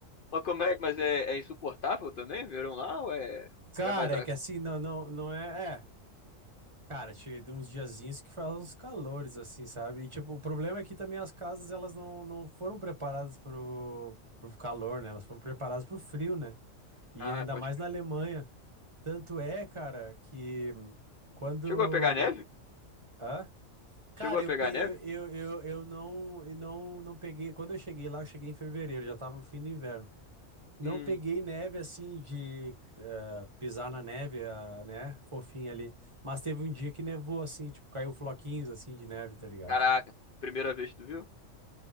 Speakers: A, on the left; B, on the right.
A: Mas como é? Mas é, é insuportável também? Verão lá? Ou é,
B: Cara,
A: é mais. a-
B: é que assim, não, não, não é. É, cara, tinha de uns diazinhos que faz uns calores, assim, sabe? E, tipo, o problema é que também as casas, elas não, não foram preparadas pro, pro calor, né? Elas foram preparadas pro frio, né? E
A: Ah,
B: ainda
A: pode
B: mais
A: crer.
B: na Alemanha. Tanto é, cara, que hum, quando.
A: Chegou a pegar neve?
B: Hã? Cara,
A: Chegou a
B: eu,
A: pegar
B: pe...
A: neve?
B: eu, eu, eu, eu não, eu não, não peguei. Quando eu cheguei lá, eu cheguei em fevereiro, já tava no fim do inverno. Não
A: Hum,
B: peguei neve assim de eh, pisar na neve, ah, né? Fofinha ali. Mas teve um dia que nevou, assim, tipo, caiu floquinhos assim de neve, tá ligado?
A: caraca. Primeira vez que tu viu?